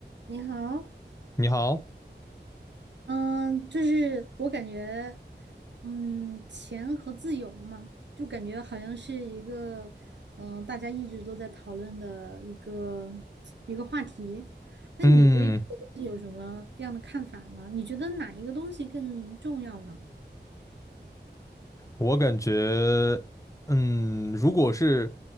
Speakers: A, on the right; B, on the left.
A: 你好，
B: 你好，
A: 嗯，就是我感觉，嗯，钱和自由嘛，就感觉好像是一个，嗯，大家一直都在讨论的一个一个话题。那你对这个东西有什么样的看法呢？
B: 嗯，
A: 你觉得哪一个东西更重要呢？
B: 我感觉，嗯，如果是